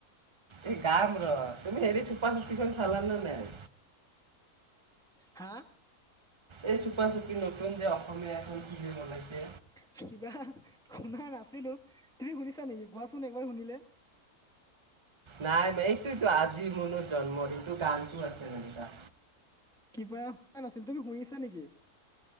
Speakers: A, on the right (about 25°); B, in the centre.
A: এই গাম ৰ, তুমি হেৰি চুপা চুপীখন চালা নে নাই?
B: হা!
A: এই চুপা চুপি নতুন যে অসমমীয়া এখন ছবি বনাইছে।
B: কিবা শুনা নাছিলো তুমি শুনিছা নেকি কোৱাচোন একবাৰ শুনিলে।
A: নাই ম এইটোতো আজি মনৰ জন্মদিন গানটো আছে হেনেকোৱা।
B: কিবা শুোৱা নাছিল। তুমি শুনিছা নেকি?